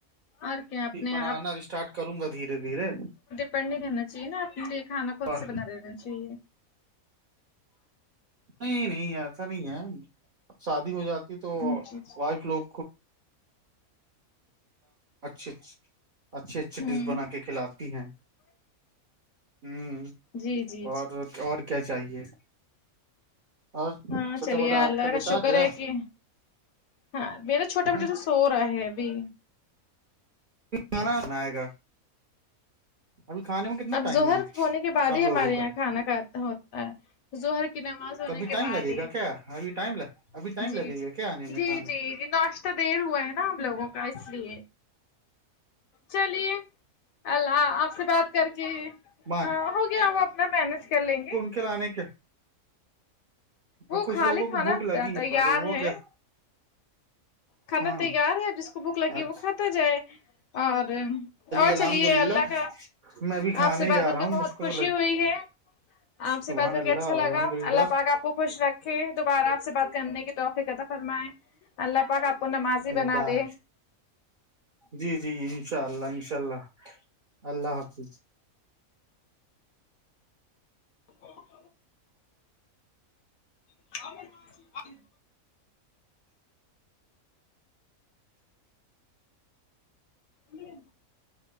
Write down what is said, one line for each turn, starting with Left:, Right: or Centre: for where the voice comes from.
Left: اور کیا اپنے
Right: بنانا
Left: آپ
Right: اسٹارٹ کروں گا دھیرے دھیرے
Left: پ نہیں رہنا چاہیے نا اپنے لیے کھانا خود
Right: اور
Left: سے بناے رہینا چاہیے
Right: نہیں نہیں ایسا نہیں ہے اب شادی ہو جاتی تو
Left: جی جی
Right: وائف لوگ اچ اچھے اچھے
Left: ہوں
Right: ڈس بنا کے کھلاتی ہیں ہمم
Left: جی جی
Right: اور
Left: جی
Right: اور کیا چاہیے اور
Left: ہاں
Right: چھوٹا
Left: چلیے
Right: والا آپ
Left: اللہ
Right: بیٹا
Left: کا شکر
Right: آ گیا
Left: ہے کہ ہاں میرا چھوٹا
Right: ہ
Left: بیٹا تو سو رہا ہے ابھی
Right: کانا بئے گا اب کھانے میں کتنا
Left: اب
Right: ٹائم
Left: ظہر
Right: ہے
Left: ہونے کے بعد
Right: آپ
Left: ہی
Right: لوگوں
Left: ہمارے
Right: کا
Left: یہاں کھانا کھاتا ہوتا ہے ہر کی نماز ہونے
Right: تبھی
Left: کے
Right: ٹائم
Left: بعد
Right: لگے
Left: ہی
Right: گا کیا ابھی ٹائم ابھی ٹائم
Left: جی
Right: لگے
Left: جی
Right: گا کیا آنے میں
Left: جی
Right: کھانا
Left: جی جی ناش دیر ہوا ہے نا ہم لوگ کا اس لی چلیے اللہ آپ سے بات کر کے
Right: باں
Left: ہو گیا وہ اپنا مینج کر لیں گے
Right: کلانے کیا اور
Left: وہ
Right: کچھ
Left: کھا
Right: لوگوں
Left: لے
Right: کو
Left: کھانا
Right: بھوک لگی
Left: تیار
Right: ہے پر ہو
Left: ہے
Right: گیا
Left: کھانا
Right: ہاں
Left: تیار ہے اب جس کو بھوک لگی
Right: اچھا
Left: وہ کھاتا جائے اور اور
Right: الحمد
Left: چلیے
Right: للہ
Left: اللہ کا
Right: میں ابھی کھانے
Left: آپ سے
Right: ہی
Left: بات
Right: جا
Left: کر
Right: رہا
Left: کے
Right: ہوں
Left: بہت
Right: مجھ کو
Left: خوشی
Right: تو لگ
Left: ہوئی ہے آپ سے
Right: سبحان
Left: بات کر
Right: اللہ
Left: کے اچھا لگا
Right: الحمد للہ
Left: اللہ پاک کو خوش رکھے دوبارہ آپ سے بات کرنے کی تو فیک عطا فرمائیں اللہ پاک کو نمازی بنا
Right: بائے
Left: دے
Right: جی جی انشاء اللہ انشاء اللہ اللہ حافظ
Left: <inaudible> <unintelligible> جی